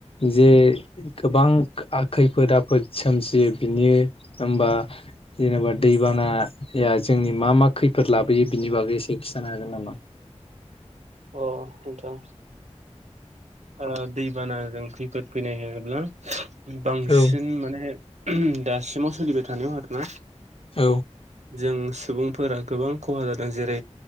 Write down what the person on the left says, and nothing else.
जे गोबां खैफोद आफोद सोमजियो बिनि होमबा जेनेबा दैबानाया जोंनि मा मा खैफोद लाबोयो बिनि बागै एसे खिन्थानो हागोन नामा?
औ
औ।